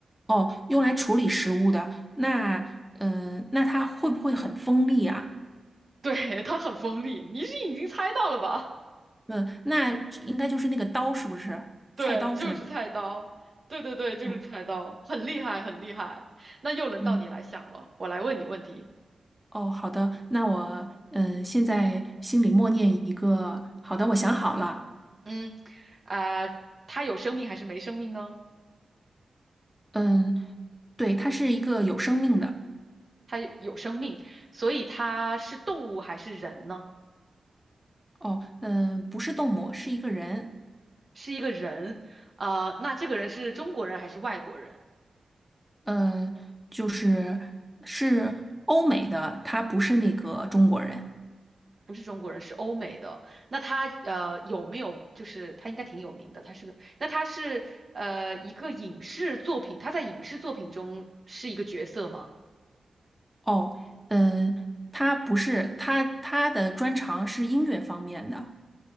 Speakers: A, in the centre; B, on the right.
A: 哦，用来处理食物的？那，嗯，那它会不会很锋利啊？
B: 对，它很锋利，你是已经猜到了吧？<laughs>
A: 嗯，那应该就是那个刀，是不是？
B: 对，
A: 菜刀之类的。
B: 就是菜刀，对对对，就是菜刀，
A: 哦，
B: 很厉害，很厉害。那又轮到你来想了，
A: 嗯，
B: 我来问你问题。
A: 哦，好的，那我，嗯，现在心里默念一个，好的，我想好了，
B: 嗯，啊、他有生命还是没生命呢？
A: 嗯，对，它是一个有生命的，
B: 他有有生命，所以他是动物还是人呢？
A: 哦，嗯，不是动物，是一个人。
B: 是一个人，啊，那这个人是中国人还是外国人？
A: 呃，就是是欧美的，他不是那个中国人
B: 不是中国人，是欧美的。那他呃有没有就是他应该挺有名的，他是个，那他是呃一个影视作品，他在影视作品中是一个角色吗？
A: 哦，呃，他不是他他的专长是音乐方面的